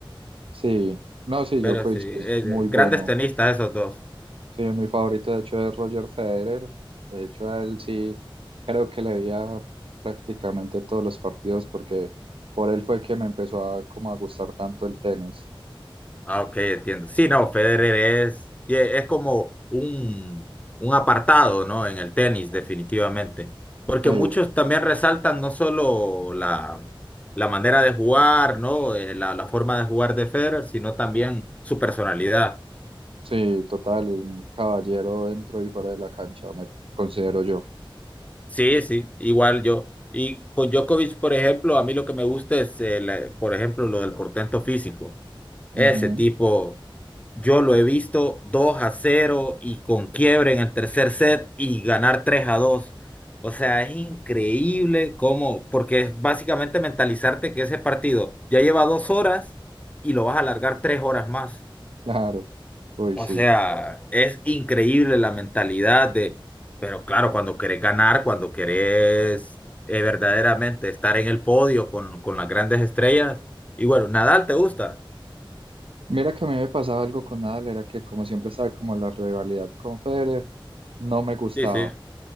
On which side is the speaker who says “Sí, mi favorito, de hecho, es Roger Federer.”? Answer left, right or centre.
Right